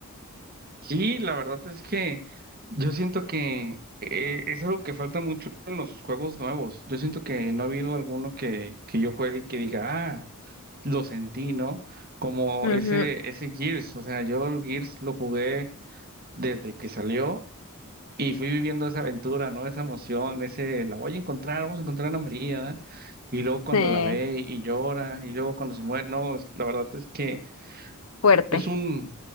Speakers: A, on the right; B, on the left.
A: Sí, la verdad es que yo siento que eh, es algo que falta mucho en los juegos nuevos. Yo siento que no ha habido alguno que, que yo juegue y que diga, ah, lo sentí, ¿no? Como
B: Ujú,
A: ese, ese Gears. O sea, yo el Gears lo jugué desde que salió y fui viviendo esa aventura, ¿no? Esa emoción, ese, la voy a encontrar, vamos a encontrar a Ana María. Y luego cuando
B: sí,
A: la ve y llora, y luego cuando se muere, no, la verdad es que
B: fuerte.
A: es un